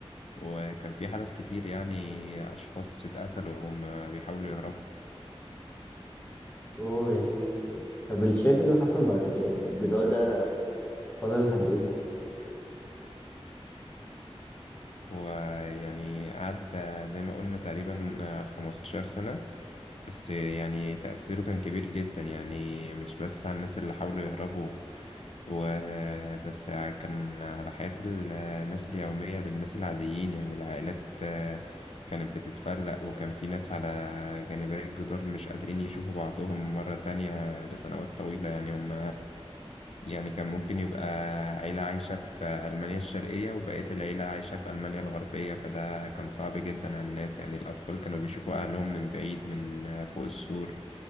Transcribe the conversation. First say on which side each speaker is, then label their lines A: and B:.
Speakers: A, on the left; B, on the left.
A: وكان في حالات كتير يعني أشخاص اتقتلوا وهم بيحاولوا يهربوا
B: أوه يعني طب أنت شايف إيه اللي حصل بعد كده يعني الجدار ده فضل لحد إمتى؟
A: ويعني قعد زي ما قلنا تقريبا 15 سنة بس يعني تأثيره كان كبير جدا يعني مش بس على الناس اللي حاولوا يهربوا وبس كان على حياة الناس اليومية للناس العاديين يعني العائلات آه، كانت بتتفرق وكان في ناس على جانبي الجدار مش قادرين يشوفوا بعضهم مرة تانية لسنوات طويلة يعني هم يعني كان ممكن يبقى عيلة عايشة في ألمانيا الشرقية وبقية العيلة عايشة في ألمانيا الغربية فده كان صعب جدا على الناس يعني الأطفال كانوا بيشوفوا أهلهم من بعيد من فوق السور